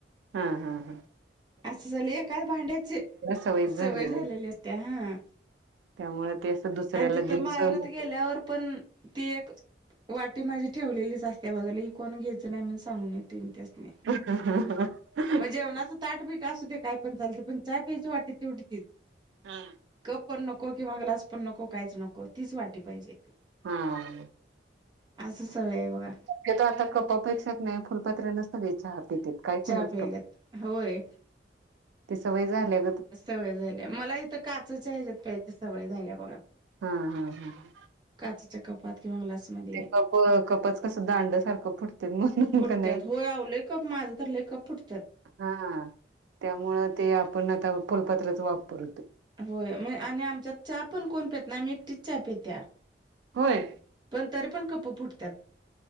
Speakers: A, on the right (about 80°); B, on the right (about 25°).
A: हम्म हम्म हम्
B: असं झाले एकाच भांड्याची
A: सवयच
B: सवय झालेली
A: आहे
B: होत्या हा.
A: त्यामुळे ते असं दुसऱ्याला
B: आणि तिथं
A: देऊन
B: माहेरात
A: सहन
B: गेल्यावर पण ती एक. वाटी माझी ठेवलेली असते त्या बाजूला ही कोण घ्यायंच नाही म्हणून सांगून येते मी त्यासनी.
A: हहह हह
B: मग जेवणाचं ताडबीट असू दे्या काय पण चालं पण चहा प्यायजची वाटते तेवढीच.
A: हम्
B: कप पण नको किंवा ग्लास पण नको काहीच नको तीच वाटी पाहिजे.
A: हा
B: असं सवय ये आहे बघा.
A: ते आता कप अपेक्षा नाही फुलपात्र्या नसत चहा काय
B: चहा
A: खणा
B: प्यायल्यात होय
A: ते सवय झाल्या
B: सवय झाल्या मला इथं काचच्या ह्याच्यात प्यायची सवय झाल्या बघ
A: हम् हम्म हम
B: काच कपात किंवा ग्लासात
A: कप कपच कसं दांड सारखं फुटते म्हणून
B: फुटत्यात
A: का नाही
B: हो आव लय कप माझं तर ले कप फुटत्यात.
A: हा त्यामुळं ते आपण आता फुलपात्र्यात वापर होतो
B: होय म आणि आमच्या चहा पण कोण पेतना आम्ही एकटीच चचा पेत्या
A: होय
B: पण तरी पण कप् फुटत्यात.